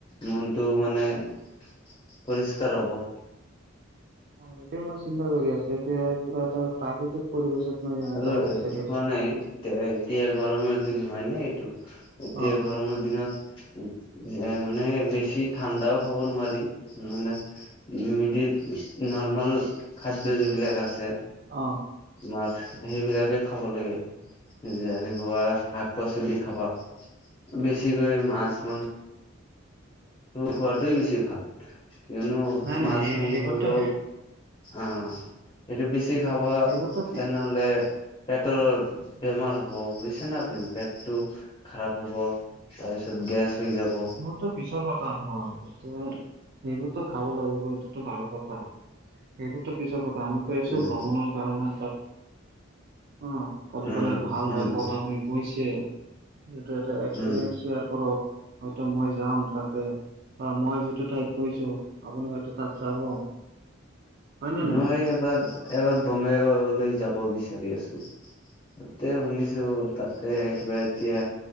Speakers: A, on the left; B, on the right.
A: মনটো মানে পৰিষ্কাৰ হ'ব।
B: অ এতিয় মই চিন্তা কৰি আছো এতিয়া কিবা এটা প্ৰাকৃতিক পৰিৱেশত মই
A: আৰু
B: যাব
A: এইটো
B: বিচাৰি
A: কোৱা
B: আছো।
A: নাই এতিয়া এতিয়া গৰমৰ দিন হয় নে এইটো এতিয়া
B: অ
A: গৰমৰ দিনত। যে মানে বেছি ঠাণ্ডাও খাব নোৱাৰি মানে। মড নৰ্মাল খাদ্য যিবিলাক আছে।
B: অঁ
A: মাছ, সেইবিলাকে খাব লাগে। যেনেকুৱা শাক-পাচলি খাবা বেছিকৈ মাছ, মাংস খোৱাতোৱে বেছি ভাল, কিয়নো
B: নাই নাই
A: মাছ
B: সেই
A: মাংসটো
B: সেইবোৰতো
A: অ, এইটো বেছি খাব
B: সেইবোৰতো
A: তে লে পেটৰ বেমাৰ হ'ব, বুজিছে নে আপুনি পেটটো খাৰাপ হ'ব, তাৰপিছত গেছ হৈ যাব।
B: টো পিছৰ কথা হয়, এয়া সেইবোৰ খাব লাগিব এইটোতো ভাল কথা। সেইবোৰতো পিছৰ কথা আমি গৈ আছো
A: উম
B: ভ্ৰমণৰ কাৰণে তাত। অ, ক'ত
A: উম
B: গ'লে ভাল
A: উম
B: হয়, ক'ত আপুনি গৈছে। যিটো এটা এক্সপেৰিয়েন্স
A: উম
B: শ্বেয়াৰ কৰক হয়তো মই যাম তাতে। অ, মই যিটো ঠাইত গৈছো আপুনি হয়তো তাত যাব। হয় নে নাই
A: মই এবাৰ-এবাৰ বঙগাইগওলৈ যাব বিচাৰি আছো। তাতে শুনিছো তাতে কিবা এতিয়া